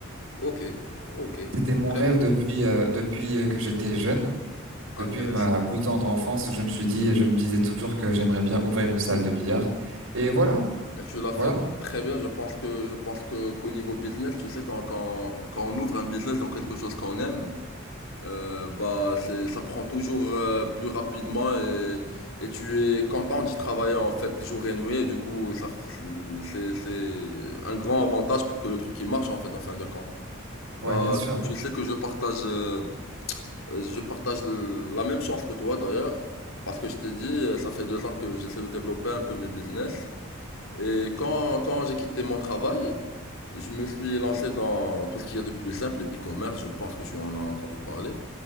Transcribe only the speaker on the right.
C'était mon
rêve
depuis euh, depuis euh, que j'étais jeune,
depuis ma plus tendre enfance. Je me suis dit, je me disais toujours que j'aimerais bien ouvrir une salle de billard. Et voilà,
voilà,
ouais, bien sûr.